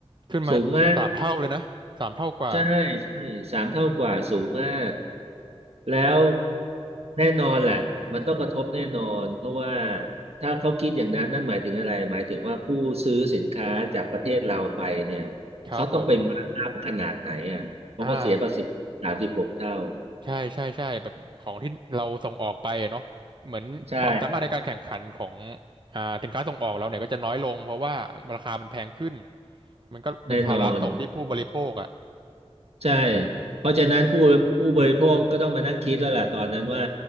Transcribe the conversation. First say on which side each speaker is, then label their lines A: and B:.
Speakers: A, on the right; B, on the right.
A: ขึ้นมาสามเท่าเลยนะสามเท่ากว่า
B: สูงมาก ใช่ใช่สามเท่ากว่าสูงมากแล้วแน่นอนแหละมันต้องกระทบแน่นอนเพราะว่าถ้าเขาคิดอย่างนั้นนั่นหมายถึงอะไรหมายถึงว่าผู้ซื้อสินค้าจากประเทศเราไปเนี่ย
A: ครับผม
B: เขาต้องไปมาร์กอัพขนาดไหนอ่ะเพราะเขาเสียภาษีสามสิบหกเท่า
A: อ่าใช่ใช่ใช่แบบของที่เราส่งออกไปอะเนาะเหมือนความสามารถในการแข่งขันของ
B: ใช่
A: อ่าสินค้าส่งออกเราเนี่ยก็จะน้อยลงเพราะว่าราคามันแพงขึ้นมันก็เป็นภาระตกที่ผู้บริโภคอ่ะ
B: แน่นอน ใช่ เพราะฉะนั้นผู้ผู้บริโภคก็ต้องมานั่งคิดแล้วล่ะตอนนั้นว่า